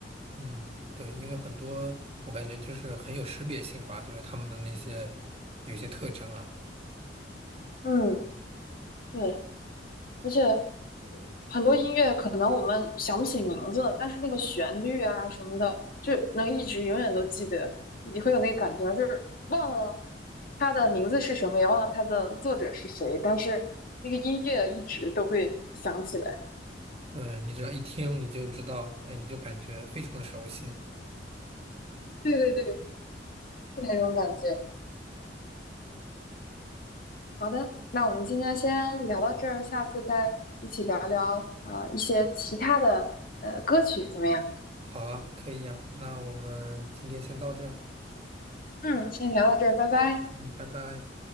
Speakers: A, on the right; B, on the left.
A: 嗯对，因为很多我感觉就是很有识别性吧，就是他们的那些有一些特征啊。
B: 嗯，对，而且很多音乐可能我们想不起名字了，但是那个旋律啊什么的，就能一直永远都记得。你会有那个感觉吗，就是忘了它的名字是什么，也忘了它的作者是谁，但是那个音乐一直都会想起来。
A: 对，你只要一听你就知道，哎，你就感觉非常的熟悉。
B: 对对对，是那种感觉。好的，那我们今天先聊到这儿，下次再一起聊聊呃一些其他的呃歌曲怎么样？
A: 好啊，可以呀，那我们今天先到这儿
B: 嗯，先聊到这儿，拜拜。
A: 嗯，拜拜。